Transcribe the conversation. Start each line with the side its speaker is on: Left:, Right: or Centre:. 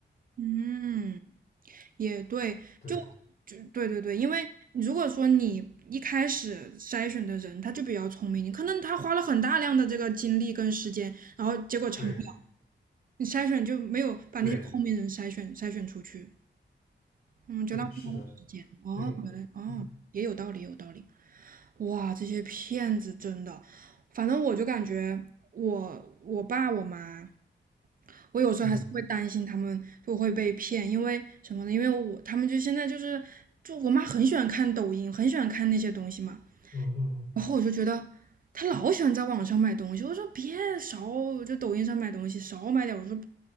Right: 嗯。也对，
Left: 对
Right: 就就对对对，因为如果说你一开始筛选的人他就比较聪明，你可能他花了很大量的这个精力跟时间，然后结果成
Left: 对
Right: 你筛选就没有把那些聪明人筛选筛选出去，
Left: 对
Right: 嗯，
Left: 对，
Right: 就浪费他们时间。
Left: 是的，
Right: 哦，
Left: 所以嗯
Right: 原来哦，也有道理，也有道理。哇，这些骗子真的，反正我就感觉我我爸我妈，我有时候还是会担心他们就会被骗，
Left: 嗯
Right: 因为什么呢？因为我他们就现在就是就我妈很喜欢看抖音，很喜欢看那些东西嘛。
Left: 嗯嗯嗯，
Right: 然后我就觉得他老喜欢在网上买东西，我说别少就抖音上买东西，少买点。我说